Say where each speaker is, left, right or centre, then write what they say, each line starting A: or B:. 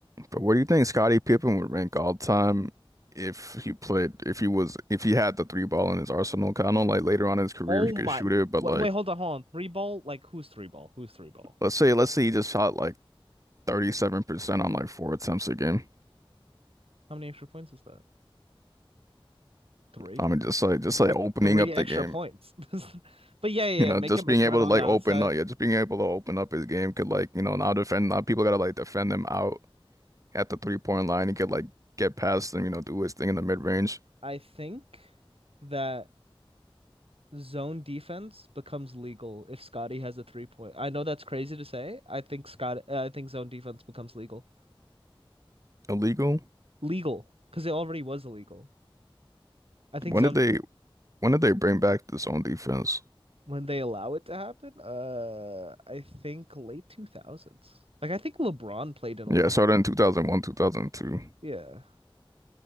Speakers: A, on the right; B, on the right.
A: But where do you think Scottie Pippen would rank all time? If he played, if he was, if he had the three ball in his arsenal, 'Cause I know like later on in his career
B: Oh
A: he
B: my.
A: could shoot it, but
B: Wait,
A: like
B: wait, hold on, hold on. Three ball? Like, who's three ball? Who's three ball?
A: let's say, let's say he just shot like 37% on like four attempts a game.
B: How many extra points is that? Three?
A: I mean, just like just like
B: That's
A: opening
B: three
A: up
B: extra
A: the game,
B: points. <laughs> But yeah, yeah,
A: you
B: yeah,
A: know,
B: make
A: just
B: him
A: being
B: a threat
A: able
B: on
A: to like
B: the outside.
A: open up, yeah, just being able to open up his game could like, you know, now defend now people gotta like defend him out at the three point line. He could like get past them, you know, do his thing in the mid range.
B: I think that zone defense becomes legal if Scotty has a three point. I know that's crazy to say. I think Scott, uh, I think zone defense becomes legal.
A: Illegal.
B: Legal, because it already was illegal. I think
A: When
B: zone
A: did they
B: defense,
A: when did they bring back the zone defense?
B: when they allow it to happen, uh, I think late 2000s. Like I think LeBron played in a
A: Yeah,
B: league.
A: it started in 2001, 2002.
B: Yeah.